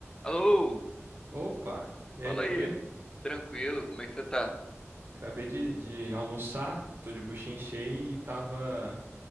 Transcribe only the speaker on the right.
Opa! E
aí, tudo
bem?
Acabei de, de almoçar, tô de buchinha cheia e tava,